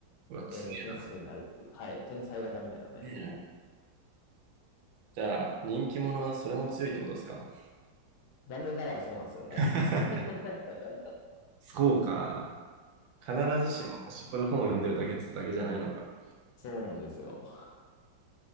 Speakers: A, on the right; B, on the left.
A: うわ、強いな。
B: えー点数になるっていう。
A: 強
B: はい。天才型みたいなね。
A: えな。じゃあ、人気者はそれも強いってことですか
B: 残念ながらそうなんですよね。
A: <laughs>
B: <laughs>
A: そうか。必ずしも端っこで本を読んでるだけっつだけじゃないのか。
B: そうなんですよ。